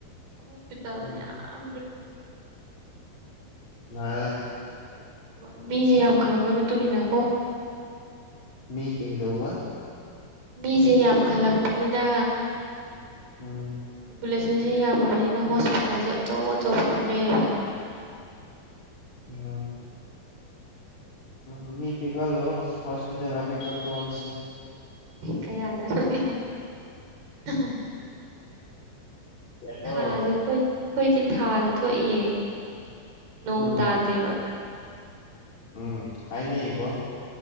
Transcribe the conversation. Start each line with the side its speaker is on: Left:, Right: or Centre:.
Right: ꯍꯣꯁꯄꯤꯇꯥꯜ
Left: ꯎꯝ
Right: ꯃ꯭ꯌꯥꯝ ꯂꯤꯡ ꯏꯪ ꯈꯜꯂꯛꯑꯦꯀꯣ
Left: ꯍꯥ
Right: ꯌꯨꯝ ꯑꯗꯨꯒ ꯃꯤꯁꯦ ꯌꯥꯝꯈꯠꯂꯛꯄꯒꯤ ꯃꯇꯨꯡ ꯏꯟꯅ ꯀꯣ
Left: ꯃꯤ ꯀꯩꯗꯧꯕ
Right: ꯃꯤꯖꯦ ꯌꯥꯝꯈꯠꯂꯛꯄꯅꯤꯅ
Left: ꯎꯝ
Right: ꯄꯣꯄꯨꯂꯦꯁꯟꯁꯦ ꯌꯥꯝꯃꯕꯅꯤꯅ ꯍꯣꯁꯄꯤꯇꯥꯜꯁꯨ ꯑꯆꯧ ꯑꯆꯧꯕ ꯊꯣꯛꯂꯛꯑꯦꯕ
Left: <unintelligible> ꯎꯝ ꯃꯤ ꯄꯤꯛꯍꯜꯂꯣ ꯍꯣꯁꯄꯤꯇꯜ ꯑꯄꯤꯛꯄ ꯊꯣꯛꯍꯟꯁꯤ
Right: ꯀꯌꯥꯗꯅꯣꯅꯦ <unintelligible>
Left: ꯀꯩꯅꯣ
Right: ꯊꯥꯖꯦ ꯈꯣꯏ ꯈꯣꯏꯗꯤ ꯊꯥꯖꯦ ꯊꯣꯛꯏꯌꯦ ꯅꯣꯡ
Left: ꯎꯝ
Right: ꯇꯥꯗꯦꯕ
Left: ꯎꯝ ꯍꯥꯏꯅꯩꯀꯣ